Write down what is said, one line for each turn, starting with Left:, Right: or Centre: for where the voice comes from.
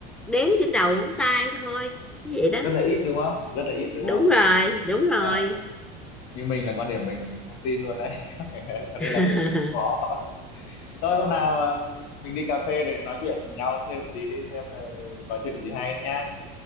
Centre: đếm trên đầu ngón tay thôi như vậy đó
Left: rất là ít đúng không rất là ít đúng
Centre: đúng
Left: không
Centre: rồi đúng
Left: Ờ,
Centre: rồi
Left: như mình là quan điểm mình là mình không tin luôn đấy <laughs> cho nên
Centre: <laughs>
Left: là mình sẽ không có thôi hôm nào um, mình đi cà phê rồi nói chuyện nhau thêm một tí đi xem là có chuyện gì hay nhá